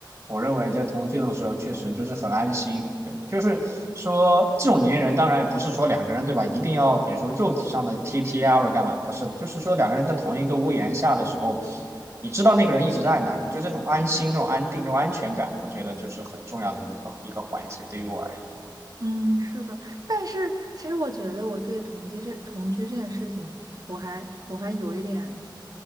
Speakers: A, on the right; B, on the right.
A: 我认为在同居的时候，确实就是很安心。对，就是说这种粘人，当然也不是说两个人对吧，一定要比如说肉体上的贴贴啊或者干嘛，不是的，就是说两个人在同一个屋檐下的时候，你知道那个人一直在那儿就这种安心、这种安定、这种安全感，我觉得就是很重要的一个一个环节，对于我而言。
B: 嗯，是的。但是其实我觉得我对同居这同居这件事情，我还我还有一点，